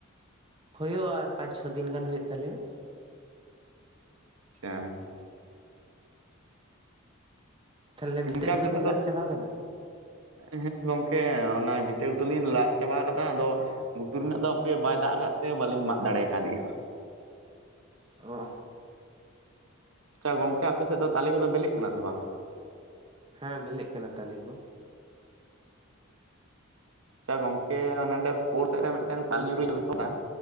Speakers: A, on the right; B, on the right.
A: ᱦᱩᱭᱩᱜᱼᱟ ᱟᱨ ᱯᱟᱸᱪ ᱪᱷᱚ ᱫᱤᱱ ᱜᱟᱱ ᱦᱩᱭᱩᱜ ᱛᱟᱞᱮᱭᱟ᱾
B: ᱟᱪᱪᱷᱟ
A: ᱛᱟᱦᱚᱞᱮ ᱵᱷᱤᱛᱟᱹ
B: ᱜᱚᱝᱠᱮ ᱟᱯᱮ
A: ᱠᱚᱫᱚ
B: ᱥᱮᱫ
A: ᱵᱤᱱ
B: ᱫᱚ
A: ᱞᱟᱫ ᱪᱟᱵᱟ ᱠᱟᱫᱟ᱾
B: ᱦᱮᱸ ᱜᱚᱝᱠᱮ ᱚᱱᱟ ᱵᱤᱴᱟᱹ ᱠᱚᱫᱚᱞᱤᱧ ᱞᱟᱫ ᱪᱟᱵᱟ ᱠᱟᱫᱟ ᱟᱫᱚ ᱜᱷᱩᱴᱩ ᱨᱮᱱᱟᱜ ᱫᱚ ᱟᱯᱮ ᱵᱟᱭ ᱫᱟᱜ ᱟᱠᱟᱫ ᱛᱮ ᱵᱟᱝᱞᱤᱧ ᱢᱟᱜ ᱫᱟᱲᱮ ᱟᱠᱟᱫᱮᱭᱟ᱾
A: ᱚ
B: ᱟᱪᱪᱷᱟ ᱜᱚᱢᱠᱮ ᱟᱯᱮᱥᱮᱫ ᱫᱚ ᱛᱟᱞᱮ ᱠᱚᱫᱚ ᱵᱤᱞᱤ ᱠᱟᱱᱟ ᱥᱮ ᱵᱟᱝ᱾
A: ᱦᱮᱸ ᱵᱤᱞᱤᱜ ᱠᱟᱱᱟ ᱛᱟᱞᱮ ᱠᱚ
B: ᱟᱪᱪᱷᱟ ᱜᱚᱝᱠᱮ ᱱᱚᱰᱮ ᱯᱳᱞ ᱥᱮᱫ ᱨᱮ ᱢᱤᱫᱴᱮᱱ ᱛᱟᱞ ᱧᱩᱨᱩᱦᱴᱩᱧ